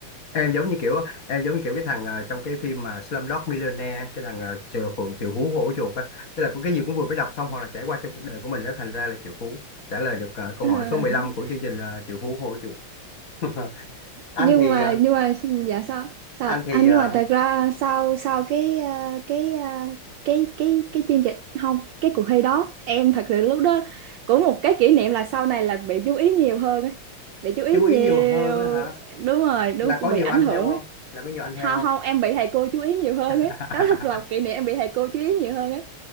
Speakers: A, on the left (about 40°); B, on the right (about 70°).
A: em giống như kiểu em giống như kiểu cái thằng ờ, trong cái phim mà Slumdog Millionaire cái thằng ờ, chịu hủ chịu hú hổ chuột á tức là có cái gì cũng vừa mới đọc xong hoặc là trải qua trong cuộc đời của mình đó thành ra là triệu phú trả lời được ờ, câu
B: <laughs>
A: hỏi số 15 của chương trình ờ, triệu phú hổ chuột <laughs> anh
B: nhưng
A: thì
B: mà
A: ờ,
B: nhưng mà dạ sao sao
A: anh
B: ạ?
A: thì
B: à, nhưng
A: ờ,
B: mà thật ra sau sau cái ờ, cái ờ, cái cái cái chương trình không cái cuộc thi đó em thật sự lúc đó cũng một cái kỷ niệm là sau này là bị chú ý nhiều hơn ấy bị chú ý
A: chú
B: nhiều
A: ý nhiều hơn á hả
B: đúng rồi đúng
A: là
B: cũng
A: có nhiều
B: bị ảnh
A: anh
B: hưởng
A: theo không
B: ấy
A: là có nhiều anh theo
B: không
A: không
B: không em bị thầy cô chú ý nhiều hơn
A: <laughs>
B: ấy đó là một kỷ niệm em bị thầy cô chú ý nhiều hơn ấy